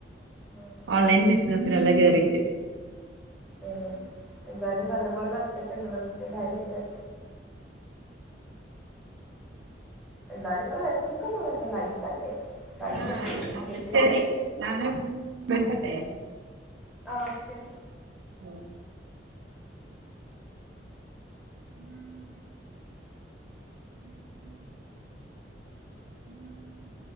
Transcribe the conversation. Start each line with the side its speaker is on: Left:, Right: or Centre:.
Centre: ആ,
Right: ഓൺലൈൻ ബിസിനസിനല്ല കേറി ക്കെ <unintelligible>
Centre: ഏ എന്തായാലും നല്ല പോോലെ നടത്തിട്ടെ നിങ്ങക്കത്തെ കാര്യക്കെ എന്താലും നിങ്ങള് വിശമക്കൊന്നും വേണ്ട ലൈഫല്ലേ ടൈമുണ്ട്
Right: ആഹ എല്ലാലും
Centre: നിങ്ങൾക്ക്
Right: ശരി നാനക്കത്തെ
Centre: ആ ഓക്കെ
Right: ആഹ ഉം ഉം ഉം